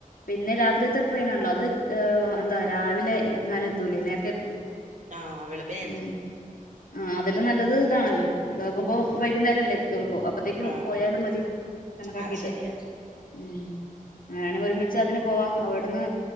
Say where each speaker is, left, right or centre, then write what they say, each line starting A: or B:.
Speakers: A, on the left (about 75°); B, on the right (about 55°).
A: പിന്നെ രാത്രിയത്തെ ട്രെയിനാണല്ലോ അത് എന്താ രാവിലെങ്ങാനും എത്തൂലേ നേരത്തെ എത്തും.
B: ആ വെളുപ്പിനേ എത്തും.
A: ഉം ആ അതില് നല്ലത് ഇതാണല്ലോ ഇതാകുമ്പോ
B: ഉം
A: വൈകുന്നേരല്ലേ എത്തുകള്ളൂ അപ്പത്തേക്കും
B: ആഹ്
A: പോയാലും മതി കണക്കാക്കിയിട്ട്
B: ആഹ് ശരിയാ
A: ഉം അങ്ങനാണ ഒരുമിച്ച് അതിന് പോവാ അവിടന്ന്